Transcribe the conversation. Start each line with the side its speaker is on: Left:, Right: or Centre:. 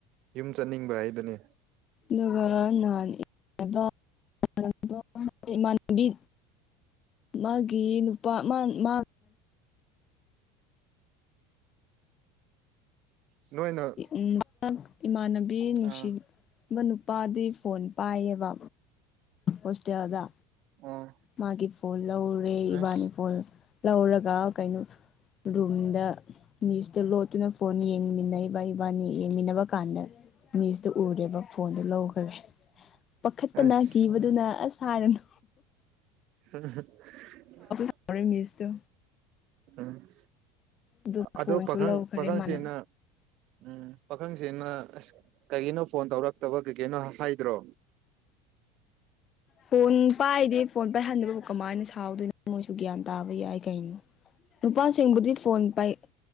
Right: ꯌꯨꯝ ꯆꯠꯅꯤꯡꯕ ꯍꯥꯏꯗꯨꯅꯦ
Left: ꯗꯨꯒ <unintelligible> <unintelligible> ꯏꯃꯥꯟꯅꯕꯤ ꯃꯥꯒꯤ ꯅꯨꯄꯥ ꯃꯥꯟ ꯃꯥ
Right: ꯅꯣꯏꯅ
Left: ꯎꯝ <unintelligible> ꯏꯃꯥꯟꯅꯕꯤ ꯅꯨꯡꯁꯤ
Right: ꯑꯥ
Left: ꯃꯥ ꯅꯨꯄꯥꯗꯤ ꯐꯣꯟ ꯄꯥꯏꯌꯦꯕ ꯍꯣꯁꯇꯦꯜꯗ
Right: ꯑꯣ
Left: ꯃꯥꯒꯤ ꯐꯣꯟ ꯂꯧꯔꯦ ꯏꯕꯥꯅꯤ
Right: ꯑꯁ
Left: ꯐꯣꯟ ꯂꯧꯔꯒ ꯀꯩꯅꯣ ꯔꯨꯝꯗ ꯃꯤꯁꯇ ꯂꯣꯠꯇꯨꯅ ꯐꯣꯟ ꯌꯦꯡꯃꯤꯟꯅꯩꯕ ꯏꯕꯥꯅꯤ ꯌꯦꯡꯃꯤꯟꯅꯕ ꯀꯥꯟꯗ ꯃꯤꯁꯇꯨ ꯎꯔꯦꯕ ꯐꯣꯟꯗꯨ ꯂꯧꯈꯔꯦ ꯄꯥꯈꯠꯄꯅ
Right: ꯑꯁ
Left: ꯀꯤꯕꯗꯨꯅ ꯑꯁ ꯍꯥꯏꯔꯅꯨ
Right: <unintelligible>
Left: <unintelligible> ꯃꯤꯁꯇꯨ
Right: ꯎꯝ
Left: ꯑꯗꯨ
Right: ꯑꯗꯣ
Left: ꯐꯣꯟꯁꯨ
Right: ꯄꯥꯈꯪ
Left: ꯂꯧꯈ꯭ꯔꯦ
Right: ꯄꯥꯈꯪꯁꯤꯅ
Left: ꯃꯥꯅ
Right: ꯎꯝ ꯄꯥꯈꯪꯁꯤꯅ ꯑꯁ ꯀꯩꯒꯤꯅꯣ ꯐꯣꯟ ꯇꯧꯔꯛꯇꯕ ꯀꯩꯀꯩꯅꯣ ꯍꯥꯏꯗ꯭ꯔꯣ
Left: ꯐꯣꯟ ꯄꯥꯏꯗꯦ ꯐꯣꯟ ꯄꯥꯏꯍꯟꯗꯕꯕꯨ ꯀꯃꯥꯏꯅ ꯁꯥꯎꯗꯣꯏꯅꯣ ꯃꯣꯏꯁꯨ ꯒ꯭ꯌꯥꯟ ꯇꯥꯕ ꯌꯥꯏ ꯀꯩꯅꯣ ꯅꯨꯄꯥꯁꯤꯡꯕꯨꯗꯤ ꯐꯣꯟ ꯄꯥꯏ